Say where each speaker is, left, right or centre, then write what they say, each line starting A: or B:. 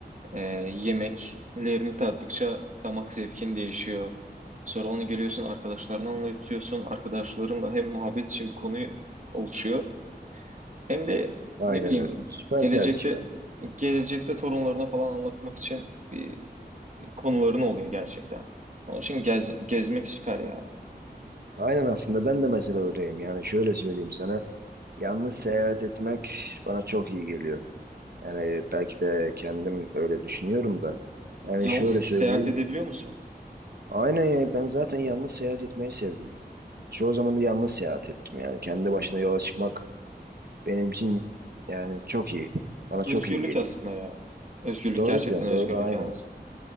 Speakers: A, on the right (about 45°); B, on the right (about 65°).
A: Ee, yemeklerini tattıkça damak zevkin değişiyor. Sonra onu geliyorsun arkadaşlarına anlatıyorsun. Arkadaşlarınla hem muhabbet için bir konu oluşuyor. Hem de
B: Aynen
A: ne bileyim
B: öyle. Süper
A: gelecekte
B: tercih bence.
A: gelecekte torunlarına falan anlatmak için bir konuların oluyor gerçekten. Onun için gez, gezmek süper ya.
B: Aynen aslında ben de mesela öyleyim. Yani şöyle söyleyeyim sana. Yalnız seyahat etmek bana çok iyi geliyor. Yani belki de kendim öyle düşünüyorum da. Yani
A: Yalnız
B: şöyle
A: seyahat
B: söyleyeyim.
A: edebiliyor musun?
B: Aynen ya ben zaten yalnız seyahat etmeyi sevdim. Çoğu zaman da yalnız seyahat ettim yani. Kendi başına yola çıkmak Benim için yani çok iyi. Bana çok
A: Özgürlük
B: iyi geliyor.
A: aslında ya. Özgürlük
B: Doğru
A: gerçekten
B: diyorsun,
A: özgürlük
B: doğru aynen.
A: yalnız.